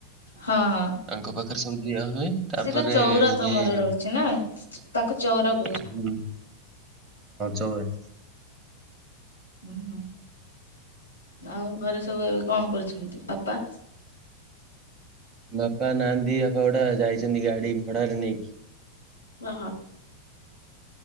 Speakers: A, on the left; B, on the right.
A: ହଁ ହଁ।
B: ତାଙ୍କ ପାଖରେ ସବୁ ଦିଆ ହୁଏ। ତାପରେ
A: ସିଏ ତ ଚଉରା
B: ଇଏ
A: ତମର ରହୁଛି ନା ତାକୁ ଚଉଁରା
B: ହୁଁ ଚୋଉଁରା।
A: ଓ ହୁଁ ଆଉ ଘରେ ସବୁ ଏବେ କଣ କରିୁଛନ୍ତି ବାପା?
B: ବାପା ନାହାନ୍ତି ବାପା ଗୋଟେ ଯାଇଛନ୍ତି ଗାଡି ଭଡାରେ ନେଇକି।
A: ଓହୋ।